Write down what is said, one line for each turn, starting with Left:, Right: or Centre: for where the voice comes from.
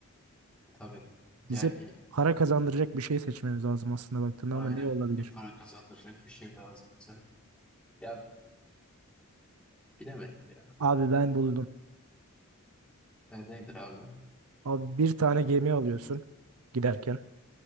Centre: E, Tabii. Yani
Right: Bize para kazandıracak bir şey seçmemiz lazım aslında baktığında
Centre: aynen
Right: ama ne olabilir?
Centre: bir para kazandıracak bir şey lazım bize. Ya bilemedim ya.
Right: Abi ben buldum.
Centre: E, nedir abi?
Right: Abi bir tane gemi alıyorsun giderken.